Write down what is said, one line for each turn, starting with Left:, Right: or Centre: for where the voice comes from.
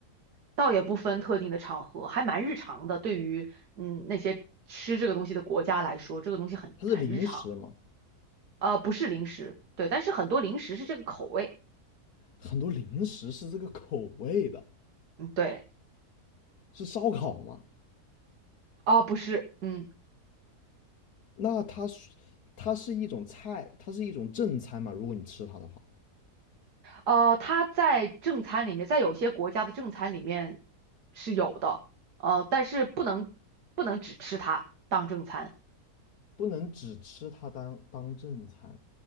Right: 倒也不分特定的场合，还蛮日常的。对于嗯那些吃这个东西的国家来说，这个东西很很日常。
Left: 它是零食吗？
Right: 呃，不是零食，对，但是很多零食是这个口味。
Left: 很多零食是这个口味的，
Right: 嗯，对，
Left: 是烧烤吗？
Right: 啊、不是，嗯，
Left: 那它是它是一种菜，它是一种正餐嘛？如果你吃它的话，
Right: 呃，它在正餐里面，在有些国家的正餐里面是有的，呃，但是不能不能只吃它当正餐。
Left: 不能只吃它当当正餐。